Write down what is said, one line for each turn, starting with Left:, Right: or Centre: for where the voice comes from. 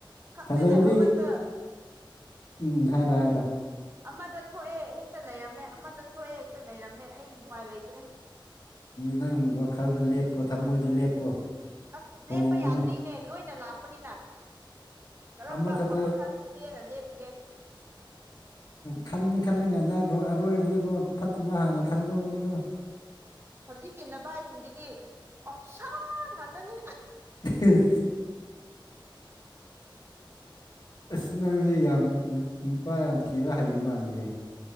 Right: ꯈꯪꯗꯦꯅꯦ
Left: ꯐꯖꯔꯗꯤ
Right: ꯑꯃꯗ
Left: ꯎꯝ ꯍꯥꯏꯔꯣ ꯍꯥꯏꯔꯣ
Right: ꯑꯃꯗ ꯊꯣꯛꯑꯦ ꯍꯦꯛꯇ ꯂꯩꯔꯝꯃꯦ ꯑꯃꯗ ꯊꯣꯛꯑꯦ ꯍꯦꯛꯇ ꯂꯩꯔꯝꯃꯦ ꯑꯩ ꯎꯄꯥꯏ ꯂꯩꯇ꯭ꯔꯦ
Left: ꯅꯪ ꯋꯥꯈꯜꯗ ꯂꯦꯞꯄꯣ ꯊꯃꯣꯏꯗ ꯂꯦꯞꯄꯣ
Right: ꯑꯁ
Left: ꯍꯣꯡꯉꯅꯨ
Right: ꯂꯦꯞꯄ ꯌꯥꯗ꯭ꯔꯤꯅꯦ ꯂꯣꯏꯅ ꯂꯥꯛꯄꯅꯤꯅ ꯀꯔꯝꯕ
Left: ꯑꯃꯈꯛꯇ
Right: ꯑꯐꯕ ꯈꯟꯈꯤꯒꯦꯅ ꯂꯦꯞꯄꯤꯌꯦꯦ
Left: ꯈꯅꯤ ꯈꯜꯂꯤ ꯀꯥꯟꯗ ꯑꯔꯣꯏꯕꯗꯀꯣ ꯐꯠꯇꯕ ꯍꯥꯟꯅ ꯈꯗꯅꯤꯒ
Right: ꯍꯧꯖꯤꯛꯀꯤ ꯅꯚꯁꯤꯡꯁꯤꯗꯤ ꯑꯣꯞꯁꯥꯡ ꯉꯥꯛꯇꯅꯤ
Left: ꯎ ꯑꯁ ꯅꯪꯁꯦ ꯌꯥꯝ ꯅꯨꯄꯥ ꯌꯥꯝ ꯊꯤꯔ ꯍꯩ ꯃꯥꯜꯂꯦ